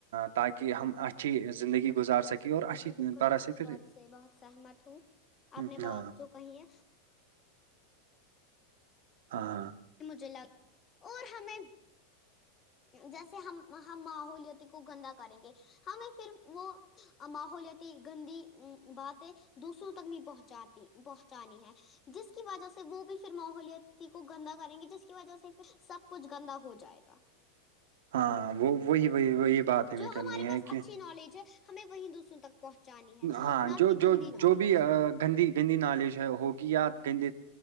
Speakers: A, on the right; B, on the left.
A: تاکہ ہم اچھی زندگی گزار سکیں اور اچھی
B: جی بالکل
A: طرح
B: میں آپ
A: سے
B: کی
A: پھر
B: بات سے بہت سہمت ہوں آپ
A: ہاں
B: نے
A: ہاں
B: بات جو کہی ہے
A: <unintelligible>
B: مجھے لگ اور ہمیں جیسے ہم ہم ماحولیاتی کو گندا کریں گے ہمیں پھر وہ ماحولیاتی گندی باتیں دوسروں تک نہیں پہنچاتی بہتانی ہے جس کی وجہ سے وہ بھی پھر ماحولتی کو گندا کریں گے جس کی وجہ سے سب کچھ گندا ہو جائے گا
A: ہاں وہ وہی وہی وہی بات ہمیں
B: جو
A: کرنی
B: ہمارے
A: ہے
B: پاس
A: کہ
B: اچھی نالج ہے ہمیں وہیں دوسروں تک پہنچانی ہے
A: ہاں
B: نہ
A: جو
B: کہ
A: جو
B: گندی نالج
A: جو بھی گندی گندی نالج ہوگی یا گندے